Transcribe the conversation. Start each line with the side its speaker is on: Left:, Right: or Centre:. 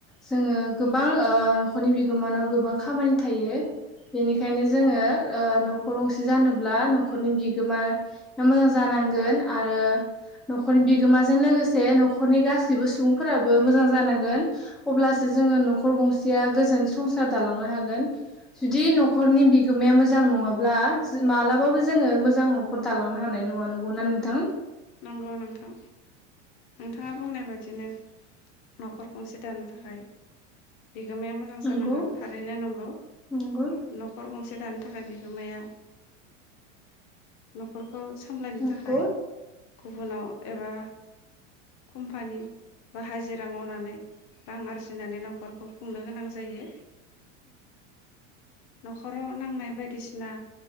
Centre: जोङो गोबां ओ न'खरनि बिगोमानाव गोबां खामानि थायो बेनिखायनो जोङो
Left: नंगौ
Centre: ओ न'खर गंसे जानोब्ला न'खरनि बिगोमा मोजां जानांगोन आरो न'खरनि बिगोमाजों लोगोसे न'खरनि गासिबो सुबुंफोराबो मोजां जानांगोन अब्लासो जोङो न'खर गंसेया गोजोन संसार दालांनो हागोन जुदि न'खरनि बिगोमाया मोजां नङाब्ला मालाबाबो जोङो मोजां न'खर दालांनो हानाय नङा नंगौना नोंथां
Left: नंगौ नोंथां नोंथाङा बुंनाय बायदि बिदिनो न'खर गंसे दानो थाखाय बिगोमाया मोजां
Centre: नंगौ
Left: जानांगोन थारैनो नंगौ
Centre: नंगौ
Left: न'खर गंसे दानो थाखाय बिगोमाया न'खरखौ सामलायनो
Centre: नंगौ
Left: थाखाय गुबुनाव एबा कम्पानि बा हाजिरा मावनानै रां आरजिनानै न'खरखौ खुंनो गोनां जायो न'खराव नांनाय बायदिसिना